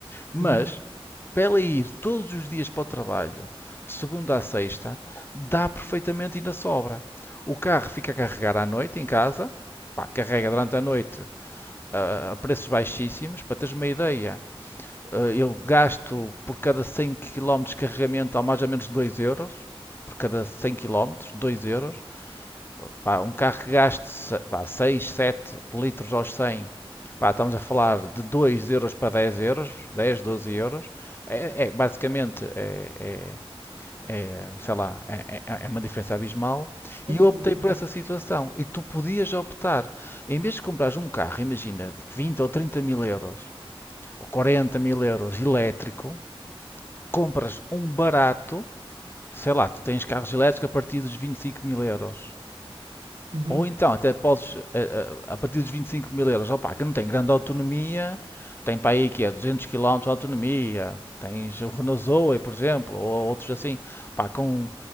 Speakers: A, on the left (about 20°); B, on the right (about 85°).
A: Mas,
B: uhum.
A: para ela ir todos os dias para o trabalho, de segunda a sexta, dá perfeitamente e ainda sobra. O carro fica a carregar à noite em casa, pá, carrega durante a noite a, preços baixíssimos. Para teres uma ideia, eh, eu gasto por cada 100 quilómetros de carregamento a mais ou menos 2 euros. Por cada 100 quilómetros 2 euros. Pá, um carro que gaste 6 7 litros aos cem Pá, estamos a falar de 2 euros para 10 euros, 10 12 euros. É, é basicamente é, é, é, sei lá, é, é- é é uma diferença abismal.
B: Sim,
A: E
B: sim,
A: eu optei
B: é
A: por
B: muito.
A: essa situação. E tu podias optar, em vez de comprares um carro, imagina, de 20 ou 30 mil euros, ou 40 mil euros elétrico, compras um barato, sei lá, tu tens carros elétricos a partir dos 25 mil euros.
B: Uhum,
A: Ou então, até podes, eh, eh, a partir dos 25 mil euros, opa, que não tem grande autonomia, tem para aí que é 200 quilómetros de autonomia, tens o Renault Zoe, por exemplo, ou outros assim, pá, com